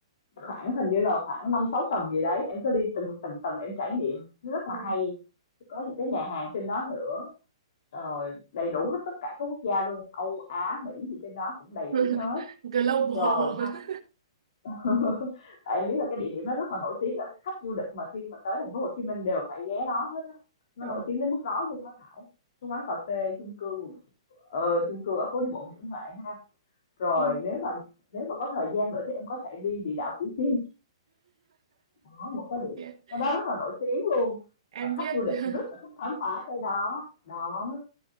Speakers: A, on the left; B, on the right.
A: khoảng hình như là khoảng năm sáu tầng gì đấy em cứ đi từng từng tầng em trải nghiệm nó rất là
B: ừ.
A: hay có những cái nhà hàng trên đó nữa rồi đầy đủ hết tất cả các quốc gia luôn Âu Á Mỹ gì trên đó cũng đầy đủ
B: <laughs>
A: hết
B: Global
A: rồi
B: <laughs>
A: <laughs> tại em biết là cái địa điểm đó rất là nổi tiếng là khách du lịch mà khi mà tới thành phố Hồ Chí Minh đều phải ghé đó hết á nó
B: Ờ,
A: nổi tiếng đến mức đó luôn đó Thảo cái quán cà phê chung cư ờ, chung cư ở phố đi bộ Nguyễn Huệ ha rồi
B: ừ.
A: nếu mà nếu mà có thời gian nữa thì em có thể đi địa đạo Củ Chi đó một cái địa
B: <laughs>
A: cái đó rất là nổi tiếng luôn
B: em
A: và khách
B: biết
A: du lịch
B: <laughs>
A: rất là thích khám phá cái đó đó